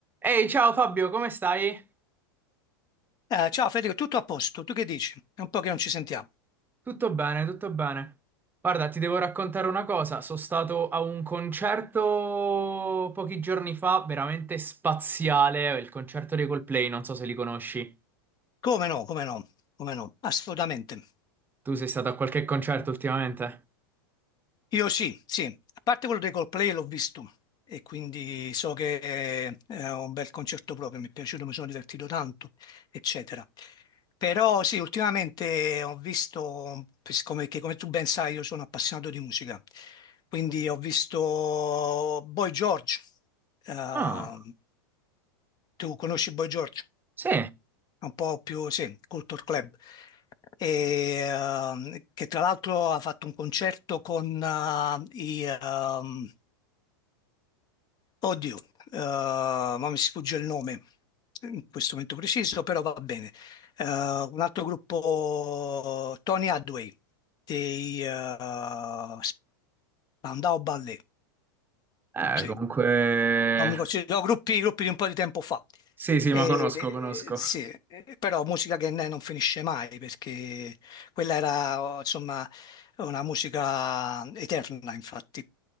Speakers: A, on the right; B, on the left.
A: Ehi, ciao Fabio, come stai?
B: Eh, ciao Federico, tutto a posto? Tu che dici? È un po' che non ci sentiamo.
A: Tutto bene, tutto bene. Guarda, ti devo raccontare una cosa. Sono stato a un concerto pochi giorni fa, veramente spaziale, il concerto dei Coldplay, non so se li conosci.
B: Come no, come no, come no, assolutamente.
A: Tu sei stato a qualche concerto ultimamente?
B: Io sì, sì, a parte quello dei Coldplay l'ho visto e quindi so che eh, è un bel concerto proprio, mi è piaciuto, mi sono divertito tanto, eccetera. Però sì, ultimamente ho visto, siccome che come tu ben sai io sono appassionato di musica, quindi ho visto Boy George. Eh,
A: Ah,
B: tu conosci Boy George?
A: sì.
B: un po' più, sì, Culture Club, e, ehm, che tra l'altro ha fatto un concerto con eh, i, ehm, oddio, eh, ma mi sfugge il nome in questo momento preciso, però va bene, Eh, un altro gruppo, Tony Hadway, dei eh, Spandau Ballet,
A: Eh,
B: sì,
A: comunque...
B: non mi considero, no, gruppi, gruppi di un po' di tempo fa.
A: Sì, sì,
B: E,
A: ma conosco, conosco.
B: eh, sì, eh, però musica che ne- non finisce mai perché quella era oh, insomma una musica eterna, infatti.